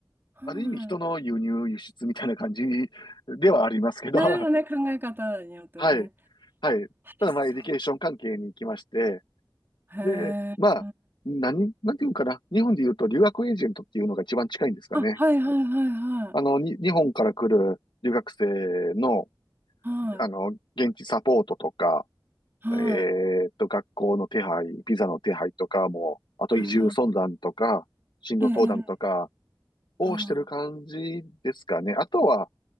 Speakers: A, on the right (about 30°); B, on the left (about 85°).
A: は
B: ある意味人の輸入、輸出みたいな感じではありますけど、
A: い。なるほどね、
B: <laughs> は
A: 考え方によってはね。
B: い、はい。
A: あそう。
B: ただ、まあ、エデュケーション関係に行きまして、
A: へえ。
B: で、まあ、何、なんていうんかな。日本で言うと留学エージェントっていうのが一番近いんですかね。
A: あ、はいはいはいはい。
B: あの、に、日本から来る留学生の、
A: はい。
B: あの、現地サポートとか、
A: はい。
B: えーっと、学校の手配、ビザの手配とかも、あと移住相談とか、
A: はいは
B: 進路相談とか
A: い。ええ、ええ
B: をしてる感じですかね。
A: は
B: あとは、